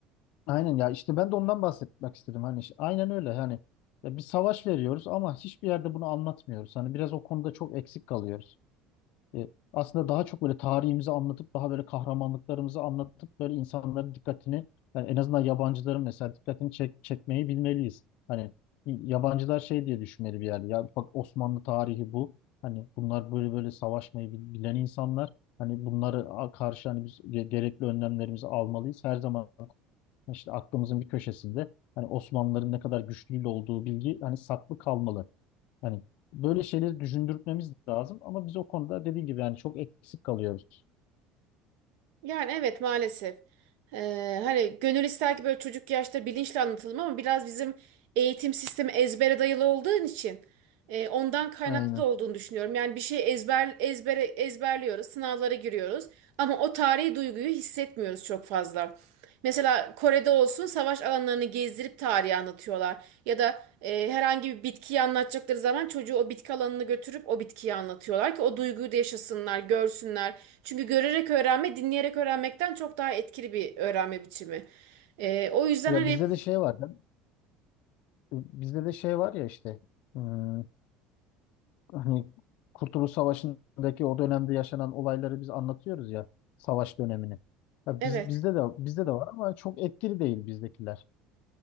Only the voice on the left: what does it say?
Aynen ya işte ben de ondan bahsetmek istedim. Hani işte aynen öyle hani ya bir savaş veriyoruz ama hiçbir yerde bunu anlatmıyoruz. Hani biraz o konuda çok eksik kalıyoruz. E, aslında daha çok böyle tarihimizi anlatıp daha böyle kahramanlıklarımızı anlatıp böyle insanların dikkatini yani en azından yabancıların mesela dikkatini çek, çekmeyi bilmeliyiz. Hani yabancılar şey diye düşünmeli bir yerde. Ya bak Osmanlı tarihi bu. Hani bunlar böyle böyle savaşmayı bil- bilen insanlar. Hani bunları a- karşı hani biz ge- gerekli önlemlerimizi almalıyız. Her zaman işte aklımızın bir köşesinde hani Osmanlıların ne kadar güçlü olduğu bilgi hani saklı kalmalı. Hani böyle şeyleri düşündürtmemiz lazım ama biz o konuda dediğim gibi yani çok eksik kalıyoruz.
Aynen.
Ya
bizde de şey var. ya, Bizde de şey var ya işte hmm, hani Kurtuluş Savaşı'ndaki o dönemde yaşanan olayları biz anlatıyoruz ya savaş dönemini. Ya
biz, bizde de bizde de var ama çok etkili değil bizdekiler.